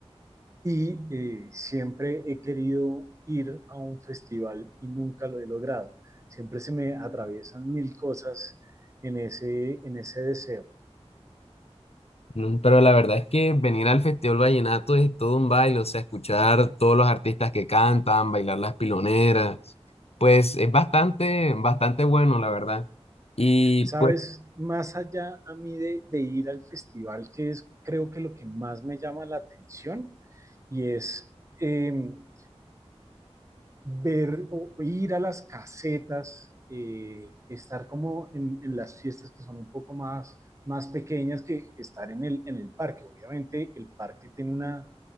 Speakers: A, on the right (about 30°); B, on the left (about 70°).
A: y eh, siempre he querido ir a un festival y nunca lo he logrado. Siempre se me atraviesan mil cosas en ese, en ese deseo.
B: Mm, Pero la verdad es que venir al Festival Vallenato es todo un baile, o sea, escuchar todos los artistas que cantan, bailar las piloneras, pues es bastante, bastante bueno, la verdad. Y
A: Sabes,
B: pues,
A: más allá a mí de, de ir al festival, que es creo que lo que más me llama la atención y es em, ver o ir a las casetas, eh, estar como en, en las fiestas que son un poco más, más pequeñas que estar en el, en el parque. Obviamente el parque tiene una,